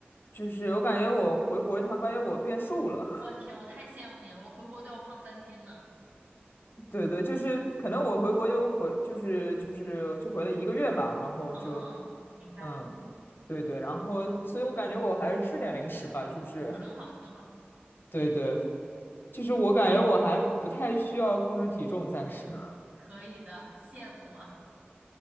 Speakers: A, on the left; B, on the right.
A: 就是我感觉我回国一趟，发现我变瘦了。
B: 我天，我太羡慕你了，我回国都要胖三斤呢。
A: <laughs> 对对，就是可能我回国就回，就是就是就回了一个月吧，然后就。
B: 嗯，明白，
A: 嗯，对对，然后，所以我感觉我还是吃点零食吧，就是
B: 挺好，挺好，
A: <laughs>，对对，就是我感觉我还不太需要控制体重，暂时。<laughs>
B: 可以的，羡慕啊。